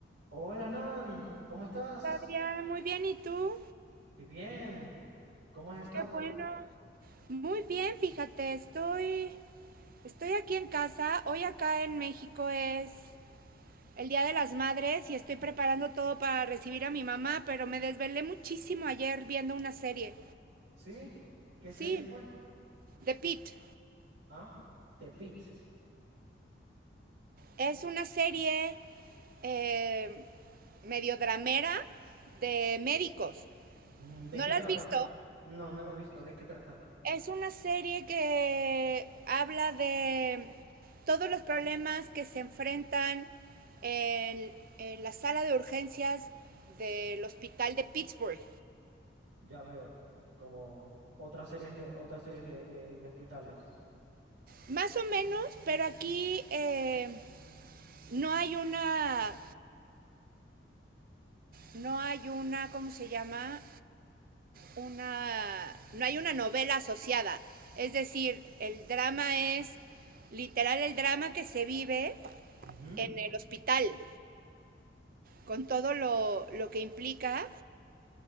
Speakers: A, on the right (about 85°); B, on the right (about 50°).
A: Hola Nan, ¿cómo estás?
B: Adrián, muy bien, ¿y tú?
A: Y bien, ¿cómo has estado?
B: Qué bueno. Muy bien, fíjate, estoy, estoy aquí en casa. Hoy acá en México es el Día de las Madres y estoy preparando todo para recibir a mi mamá, pero me desvelé muchísimo ayer viendo una serie.
A: ¿Sí? ¿Qué serie
B: Sí,
A: fue?
B: The Pitt.
A: ¿Ah? Tepit.
B: Es una serie eh, medio dramera de médicos.
A: Mm, ¿De
B: ¿No
A: qué
B: la
A: trata?
B: has visto?
A: No, no la he visto. ¿De qué trata?
B: Es una serie que habla de todos los problemas que se enfrentan en, en la sala de urgencias del hospital de Pittsburgh.
A: Ya veo. Como otras series de otras series de, de- de hospitales.
B: Más o menos, pero aquí eh, no hay una, no hay una, ¿cómo se llama? Una, no hay una novela asociada. Es decir, el drama es literal el drama que se vive
A: Ujú,
B: en el hospital, con todo lo, lo que implica